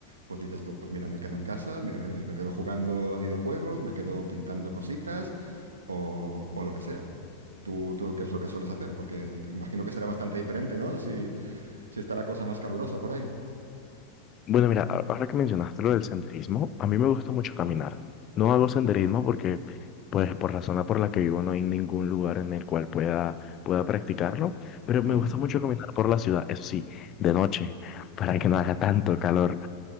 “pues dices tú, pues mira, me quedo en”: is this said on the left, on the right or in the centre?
Right